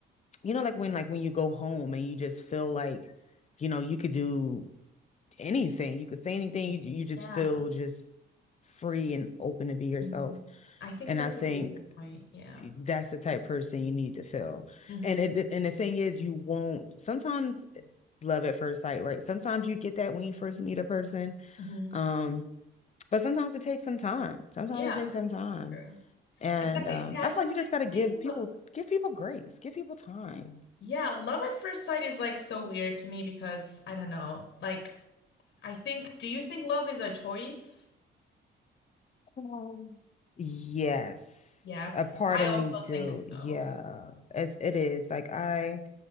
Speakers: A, on the left; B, on the left.
A: you know, like when like when you go home and you just feel like, you know, you could do anything, you could say anything, you you just
B: Yeah.
A: feel just free and open to be yourself.
B: hmm I think
A: And
B: that's
A: I think
B: a really good point. Yeah.
A: that's the type of person you need to feel.
B: hmm
A: And it and the thing is, you won't sometimes love at first sight, right? Sometimes you get that when you first meet a person.
B: hmm
A: Um, but sometimes it takes some time. Sometimes
B: Yeah.
A: it takes some time.
B: True.
A: And
B: Exactly.
A: um,
B: See, I
A: I
B: don't
A: feel like
B: really
A: you just gotta give
B: believe in
A: people
B: the
A: give people grace, give people time.
B: Yeah, love at first sight is like so weird to me because I don't know. Like, I think, do you think love is a choice?
A: Oh. Yes,
B: Yes,
A: a part
B: I
A: of
B: also
A: me do.
B: think
A: Yeah,
B: so.
A: as it is. Like I,